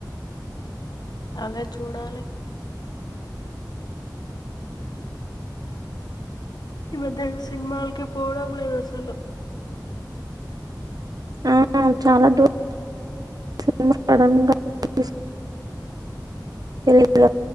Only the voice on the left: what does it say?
అవే చూడాలి ఈ మధ్య సినిమాలకి పోవడం లేదు అసలు